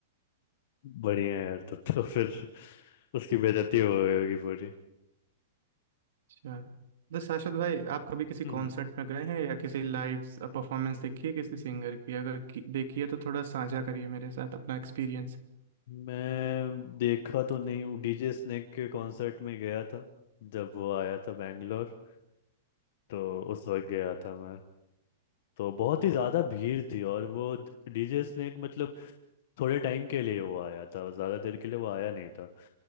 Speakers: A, on the left (about 45°); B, on the right (about 60°).
A: बढ़िया है यार तब तो फिर उसकी बेइज्जती हो गई होगी पूरी
B: अच्छा तो शाश्वत भाई आप कभी किसी
A: हम्म
B: कॉन्सर्ट में गए हैं या किसी लाइव परफॉर्मेंस देखी है किसी सिंगर की अगर की, देखी है तो थोड़ा साझा करिए मेरे साथ अपना एक्सपीरियंस
A: मैं देखा तो नहीं हूँ डीजे स्नेक के कॉन्सर्ट में गया था जब वो आया था बैंगलोर तो उस वक्त गया था मैं तो बहुत ही ज़्यादा भीड़ थी और वो डीजे स्नेक मतलब थोड़े टाइम के लिए वो आया था ज़्यादा देर के लिए वो आया नहीं था